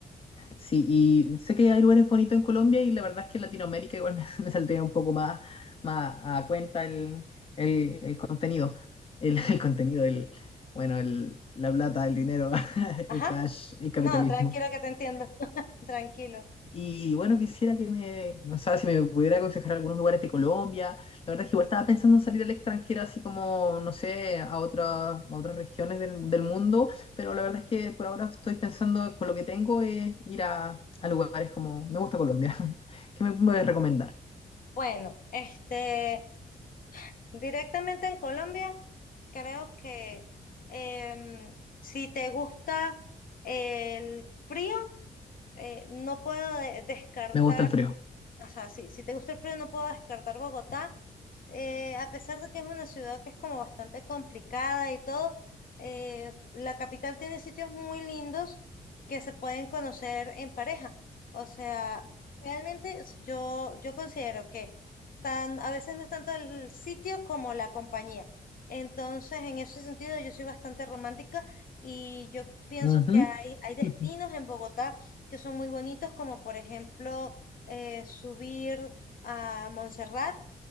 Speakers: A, on the left; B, on the left.
A: Sí, y sé que hay lugares bonitos en Colombia y la verdad es que en Latinoamérica igual me, <laughs> me saldría un poco más, más a cuenta el, el, el contenido. El, <laughs> el contenido, el, bueno, el, la plata, el dinero, <laughs>
B: Ajá,
A: el cash, el capitalismo.
B: no, tranquilo que te entiendo, <laughs> tranquilo.
A: Y bueno, quisiera que me, no sé si me pudiera aconsejar algunos lugares de Colombia. La verdad es que igual estaba pensando en salir al extranjero, así como, no sé, a otra- a otras regiones del, del mundo, pero la verdad es que por ahora estoy pensando con lo que tengo es ir a, a lugares como, me gusta Colombia. <laughs> ¿Qué me puedes recomendar?
B: Bueno, este, directamente en Colombia, creo que em, si te gusta el frío, eh, no puedo de- descartar,
A: Me gusta el frío.
B: o sea, si, si te gusta el frío, no puedo descartar Bogotá, eh, a pesar de que es una ciudad que es como bastante complicada y todo, eh, la capital tiene sitios muy lindos que se pueden conocer en pareja. O sea, realmente es- yo, yo considero que tan, a veces no es tanto el sitio como la compañía. Entonces, en ese sentido, yo soy bastante romántica y yo pienso
A: Ujú,
B: que hay, hay destinos
A: ujú. <laughs>
B: en Bogotá que son muy bonitos, como por ejemplo eh, subir a Montserrat